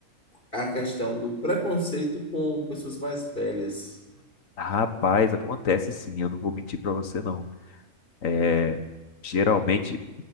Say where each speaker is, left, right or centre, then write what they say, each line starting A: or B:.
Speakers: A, on the left (about 40°); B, on the left (about 75°).
A: a questão do preconceito com pessoas mais velhas.
B: Rapaz, acontece sim, eu não vou mentir pra você, não. É, Geralmente